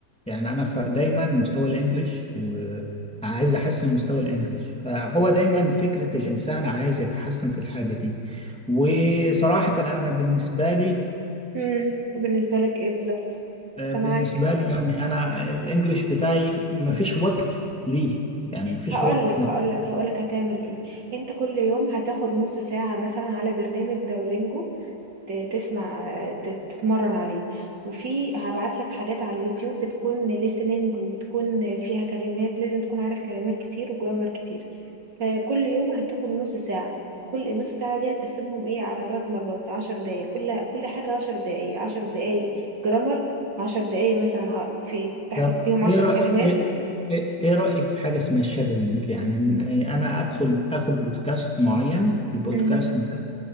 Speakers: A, in the centre; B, on the right.
A: يعني انا ف- دايما مستوى الانجليش آه، عايز احسن مستوى الانجليش فهو دايما فكره الانسان عايز يتحسن في الحاجه دي وصراحه انا بالنسبه لي
B: امم بالنسبة لك ايه بالظبط
A: آه،
B: سامعاك
A: بالنسبه لي يعني انا الانجليش بتاعي ما فيش وقت ليه يعني ما فيش
B: هقول
A: وقت
B: لك هقول لك هقول لك هتعمل ايه انت كل يوم هتاخد نص ساعة مثلا على برنامج دولينجو ت- تسمع ت- تتمرن عليه وفي هبعت لك حاجات على اليوتيوب بتكون listening وبتكون فيها كلمات لازم تكون عارف كلمات كتير وجرامر كتير فكل يوم هتاخد نص ساعة كل النص ساعة دي هتقسمهم ايه على ثلاث مرات عشر دقايق كل كل حاجة عشر دقايق عشر دقايق جرامر عشر دقايق مثلا ع- في تحفظ
A: طب
B: فيهم عشر
A: ايه رأ...
B: كلمات
A: ايه ايه إيه رأيك في حاجة اسمها شادوينج يعني إن انا ادخل اخد بودكاست معين البودكاست
B: امم
A: ده